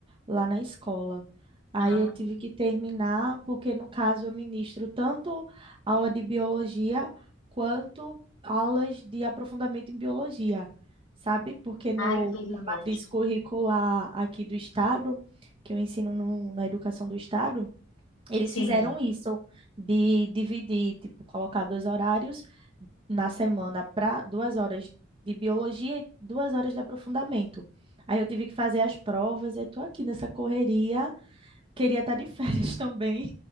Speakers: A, on the right; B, on the left.
A: lá na escola. Aí
B: Ah,
A: eu tive que terminar, porque no caso eu ministro tanto aula de biologia quanto aulas de aprofundamento em biologia, sabe? Porque no,
B: ai, que
A: na matriz
B: ótimo.
A: curricular aqui do estado, que eu ensino no- na educação do estado, eles
B: Sim.
A: fizeram isso de dividir, tipo, colocar dois horários na semana para duas horas de biologia e duas horas de aprofundamento. Aí eu tive que fazer as provas, aí tô aqui nessa correria. Queria estar de férias <laughs> também.